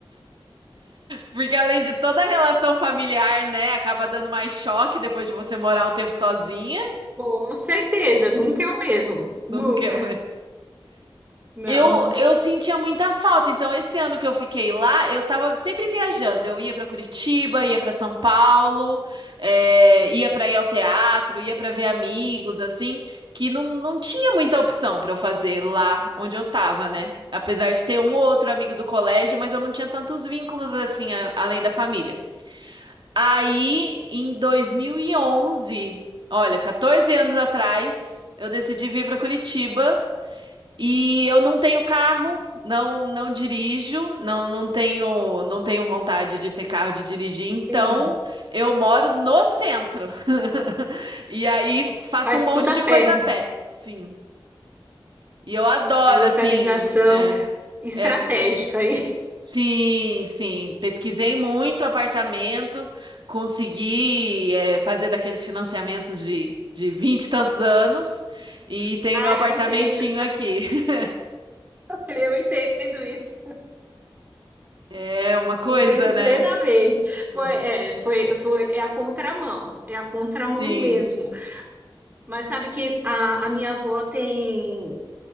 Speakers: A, on the right (about 60°); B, on the right (about 20°).
A: Porque além de toda a relação familiar, né? Acaba dando mais choque depois de você morar um tempo sozinha.
B: Com certeza, nunca é o mesmo.
A: <laughs> Não
B: Nunca.
A: que eu, né?
B: Não.
A: Eu, eu sentia muita falta. Então, esse ano que eu fiquei lá, eu tava sempre viajando. Eu ia pra Curitiba, ia pra São Paulo, eh, ia pra ir ao teatro, ia pra ver amigos, assim, que não, não tinha muita opção pra eu fazer lá onde eu tava, né? Apesar de ter um ou outro amigo do colégio, mas eu não tinha tantos vínculos assim, a- além da família. Aí, em 2011, olha, 14 anos atrás, eu decidi vir para Curitiba. E eu não tenho carro, não não dirijo, não não tenho não tenho vontade de ter carro de dirigir, então
B: Sim.
A: eu moro no centro. <laughs> E aí faço
B: Faz
A: um monte
B: tudo a
A: de
B: pé.
A: coisa a pé, sim. E eu adoro
B: A localização
A: assim, é,
B: estratégica
A: é,
B: aí. <laughs>
A: sim, sim. Pesquisei muito apartamento, consegui é, fazer daqueles financiamentos de de vinte e tantos anos e tenho
B: Ah,
A: meu apartamentinho
B: eu entendo.
A: aqui. <laughs>
B: Eu entendo isso,
A: É uma coisa,
B: entendo
A: né?
B: plenamente. Foi,
A: Uhum.
B: é, foi, foi, é a contramão, é a contramão
A: Sim.
B: mesmo. Mas sabe que a, a minha avó tem